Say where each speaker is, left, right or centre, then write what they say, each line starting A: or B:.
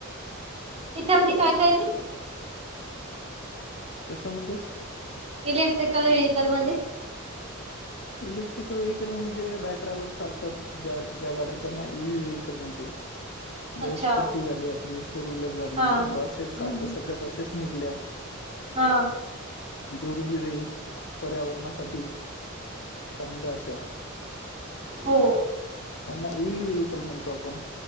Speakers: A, on the right; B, on the left.
A: त्याच्यामध्ये काय काय येते?
B: कशामध्ये
A: इलेक्ट्रिकल वेहिकल म्हणजे.
B: इलेक्ट्रिकल वव्हेवीकल म्हणजे बॅटऱ्या वगैरे चालतात? ज्या ज्या गाड्यात त्यांना ईव्ही व्हेवीकल म्हणतेतोय.
A: अच्छा
B: ज स्कुटी झाली आपली फोर व्हीलर झाली,
A: हा.
B: बसेस
A: हम्म.
B: आता सध्या बसेस निघल्या.
A: हा.
B: धूरवीरहित पर्यावरणासाठी चांगल्या अशा.
A: हो.
B: त्यांना एव्ही होईल. प्रूफ म्हणतो आपण.